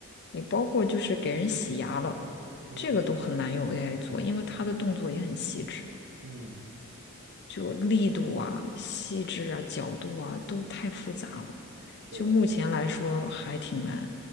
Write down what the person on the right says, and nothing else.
嗯
嗯，
是的，